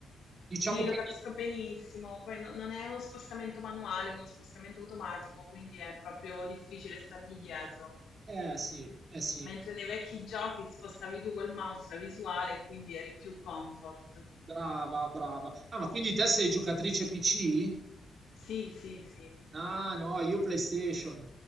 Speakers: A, on the right (about 40°); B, on the left (about 80°).
A: diciamo
B: sì, lo
A: che.
B: capisco benissimo. Poi no- non è uno spostamento manuale, è uno spostamento automatico, quindi è proprio difficile stargli dietro.
A: Eh sì, eh sì,
B: Mentre nei vecchi giochi spostavi tu col mouse la visuale e quindi eri più comfort.
A: brava, brava. Ah, ma quindi te sei giocatrice PC?
B: Sì, sì, sì.
A: Ah, no, io PlayStation.